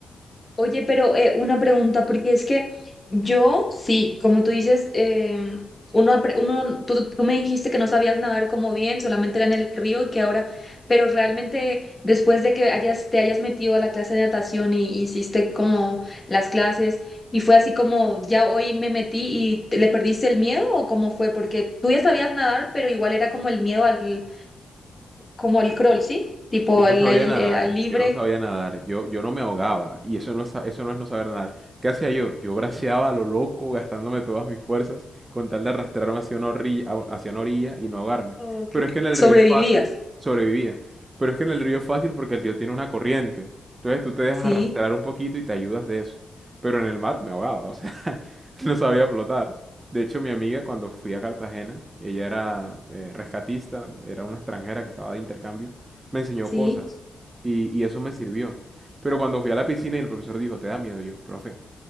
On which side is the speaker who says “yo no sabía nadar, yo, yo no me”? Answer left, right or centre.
Right